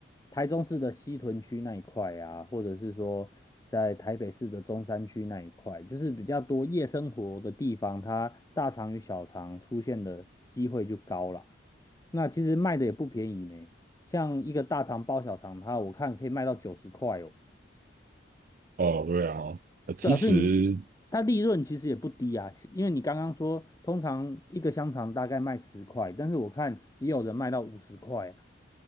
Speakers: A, on the left; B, on the right.
A: 台中市的西屯区那一块啊，或者是说在台北市的中山区那一块，就是比较多夜生活的地方，它大肠与小肠出现的机会就高了。那其实卖的也不便宜呢，像一个大肠包小肠，它我看可以卖到九十块哦。
B: 哦对啊，呃其实
A: 对啊，所以你它利润其实也不低啊，因为你刚刚说通常一个香肠大概卖十块，但是我看也有人卖到五十块啊，